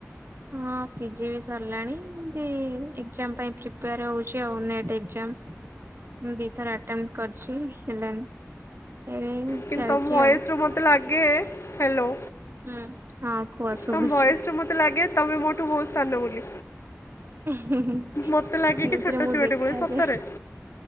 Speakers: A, on the right; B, on the left.
A: ହଁହଁ ପିଜିବି ସରିଲାଣି ଏମତି ଏକ୍ଜାମ ପାଇଁ ପ୍ରିପେୟାର ହେଉଛି ଆଉ ନେଟ୍ ଏକ୍ଜାମ ଦୁଇଥର ଆଟେମ୍ପଟ କରିଛି ହେଲାନି, ଏବେ
B: କିନ୍ତୁ
A: ଚାଲିଛି
B: ତମ ଭୟସ
A: ଆଉ।
B: ରୁ ମତେ ଲାଗ କିଏ ହ୍ୟାଲୋ
A: ହୁଁ ହଁ କୁହ ଶୁଭଛି,
B: ତମ ଭଏସ୍ରୁ ମୋତେ ଲାଗେ ତମେ ମୋଠୁ ବହୁତ ସାନ ବୋଲି
A: ଏମିତିରେ
B: ମୋତେ ଲାଗେ କି ଛୋଟ
A: ମୁଁ
B: ଛୁଆଟେ
A: ଦେଖାଯାଏ
B: ବୋଲି ସତରେ